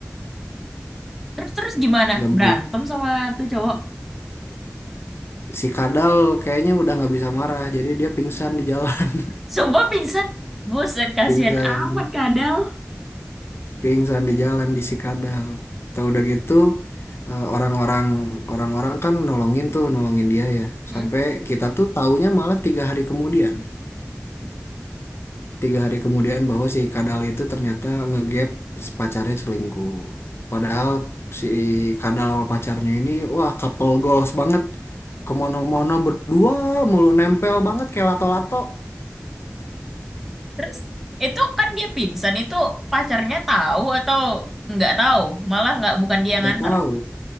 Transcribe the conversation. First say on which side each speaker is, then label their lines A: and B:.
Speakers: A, in the centre; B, on the left (about 55°).
A: Terus terus gimana?
B: Nggak
A: Berantem
B: begitu.
A: sama tuh cowok.
B: Si Kadal kayaknya udah nggak bisa marah. Jadi dia pingsan di jalan.
A: Sumpah pingsan. Buset, kasihan
B: <laughs> Pingsan.
A: amat kadal.
B: Pingsan di jalan di si Kadal. Tahu udah gitu eh, orang-orang orang-orang kan nolongin tuh, nolongin dia ya.
A: Hmm.
B: Sampai kita tuh taunya malah tiga hari kemudian. tiga hari kemudian bahwa si Kadal itu ternyata ngegap si pacarnya selingkuh. Padahal si Kadal sama pacarnya ini, wah couple goals banget. Kemana-mana berdua mulu nempel banget kayak lato-lato.
A: Terus itu kan dia pingsan itu pacarnya tahu atau nggak tahu, malah nggak bukan dia yang
B: Gak
A: nganter.
B: tahu,